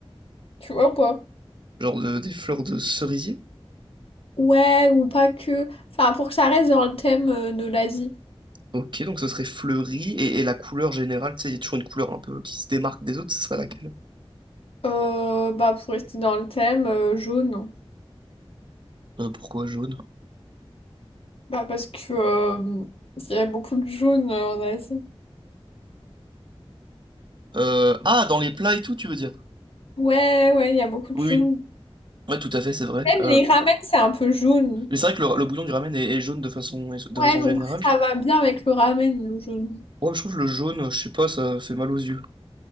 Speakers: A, on the left; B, on the right.
A: tu vois ou pas?
B: Genre de- des fleurs de cerisier?
A: Ouais, ou pas que. Enfin, pour que ça reste dans le thème euh, de l'Asie.
B: Ok, donc ce serait fleuri. Et, et la couleur générale, tu sais, il y a toujours une couleur un peu qui se démarque des autres, ce serait laquelle?
A: Euh, bah, pour rester dans le thème, euh, jaune.
B: Euh, pourquoi jaune?
A: Bah, parce que euh, il y a beaucoup de jaune euh, en Asie.
B: Euh, ah, dans les plats et tout, tu veux dire?
A: Ouais, ouais, il y a beaucoup
B: Oui,
A: de jaune.
B: oui. Ouais, tout à fait, c'est vrai.
A: Même
B: Euh,
A: les ramen, c'est un peu jaune.
B: mais c'est vrai que le, le bouillon du ramen est, est jaune de façon, de
A: Ouais,
B: façon
A: donc
B: générale.
A: ça va bien avec le ramen, le jaune.
B: Ouais, je trouve que le jaune, je sais pas, ça fait mal aux yeux.